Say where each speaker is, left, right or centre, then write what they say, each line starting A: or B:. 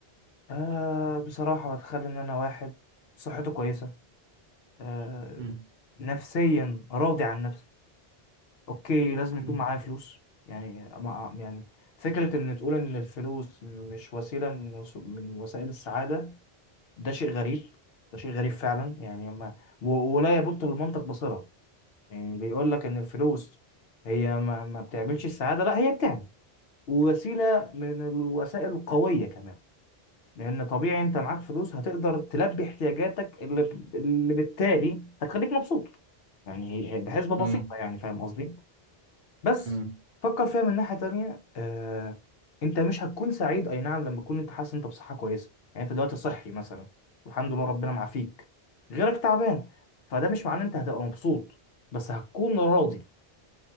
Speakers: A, on the left; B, on the right.
A: آه بصراحة بتخلي ان انا واحد صحته كويسة آه
B: مم.
A: نفسيا راضي عن نفسي اوكي لازم يكون
B: مم.
A: معايا فلوس يعني ما- يعني فكرة ان تقول ان الفلوس مش وسيلة من وس- من وسائل السعادة ده شيء غريب ده شيء غريب فعلا يعني ما و- ولا يبط للمنطق بصلة يعني بيقول لك ان الفلوس هي ما, ما بتعملش السعادة لا هي بتعمل ووسيلة من الوسائل القوية كمان لان طبيعي انت معاك فلوس هتقدر تلبي احتياجاتك اللي, اللي بالتالي هتخليك مبسوط يعني هي هي بحسبة بسيطة
B: مم.
A: يعني فاهم قصدي بس
B: مم.
A: فكر فيها من ناحية تانية آه، انت مش هتكون سعيد اي نعم لما تكون انت حاسس انت بصحة كويسة يعني انت دلوقتي صحي مثلا والحمد لله ربنا معافيك غيرك تعبان فده مش معناه انت هتبقى مبسوط بس هتكون راضي